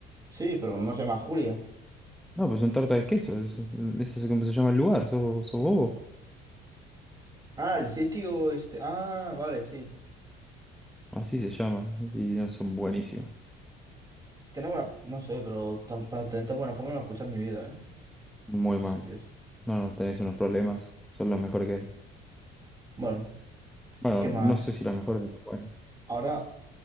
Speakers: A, on the right (about 20°); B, in the centre.
A: Sí, pero no se llama Julia.
B: No, pues son tarta de queso, es- eso es como se llama el lugar, sos, sos bobo.
A: Ah, el sitio este... Ah, vale, sí.
B: Así se llama, y no son buenísimas,
A: Tenemos una... No sé, pero tan- para tener tan buena forma no lo he escuchado en mi vida, ¿eh?
B: muy
A: los
B: mal.
A: sitios.
B: No, no, tenés unos problemas, son los mejores que hay.
A: Bueno,
B: Bueno,
A: ¿qué más?
B: no sé si las mejores, pero están buenas.
A: Ahora,